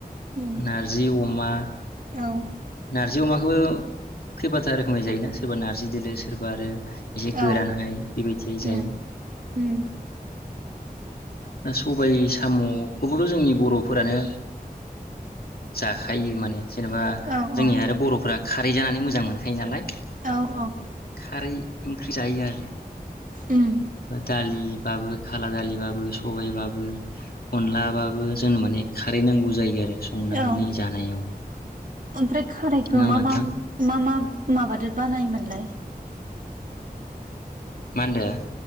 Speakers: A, on the right; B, on the left.
A: उम
B: नारजि अम अमा
A: औ
B: नारजि अमाखौबो खैबाथा रोखोमै जायोना सोरबा नारजि दोलो सोरबा आरो एसे गोरानहाय
A: औ
B: बेबायदियै जायो
A: उम उम
B: दा सबाय साम'खौबोथ' जोंनि बर'फोरानो जाखायो माने जेनेबा
A: औ
B: जोंनि
A: औ
B: आरो बर'फोरा खा दै जानानै मोजां मोनो मोनखायो नालाय
A: औ औ
B: खारै ओंख्रि जायो आरो
A: उम
B: दालि बाबो खाला दालिबाबो सबायबाबो अनलाबाबो जोंनो माने खारै नांगौ जायो आरो संनानै
A: औ
B: जानायाव
A: ओमफ्राय खारैखौ
B: नङा होमबा
A: मा
B: नोंथां
A: मा मा मा माबादि बानायोमोनलाय
B: मा ओनदो